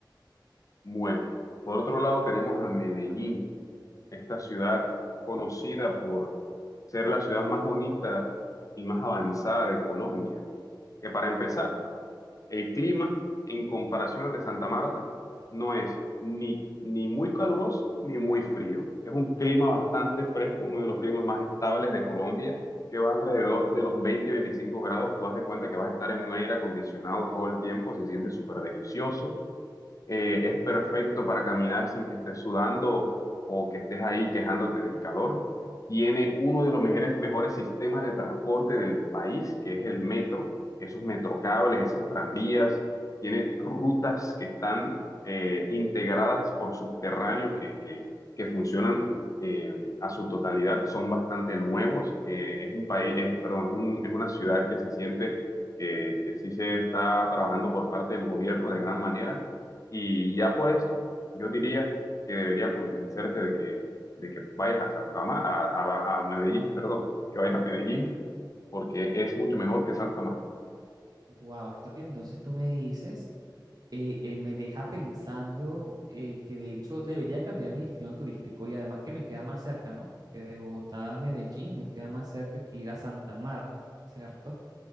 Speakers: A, on the left; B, on the right.
A: Bueno, por otro lado tenemos a Medellín. esta ciudad conocida por ser la ciudad más bonita y más avanzada de Colombia. Que para empezar, el clima en comparación al de Santa Marta no es ni, ni muy caluroso ni muy frío. Es un clima bastante fresco, uno de los climas más estables de Colombia, que va alrededor de los 20 y 25 grados. Tú haz de cuenta que vas a estar en un aire acondicionado todo el tiempo, se siente súper delicioso eh, es perfecto para caminar sin que estés sudando o que estés ahí quejándote del calor. Tiene uno de los mejores, mejores sistemas de transporte del país, que es el metro, esos metrocables, esos tranvías. Tiene rutas que están eh, integradas por subterráneos que, que, que funcionan eh, a su totalidad, son bastante nuevos. Eh, es un país, es, perdón, un- es una ciudad que se siente que, que sí se está trabajando por parte del gobierno de gran manera y ya por esto, yo diría que debería convencerte de que, de que vayas a Santa Ma- a, a- a Medellín, perdón, que vayas a Medellín, porque es mucho mejor que Santa Marta.
B: Wow, esto que entonces tú me dices eh, eh, me deja pensando eh, que de hecho debería cambiar mi destino turístico y además que me queda más cerca, ¿no? Porque de Bogotá a Medellín me queda más cerca que ir a Santa Marta, ¿cierto?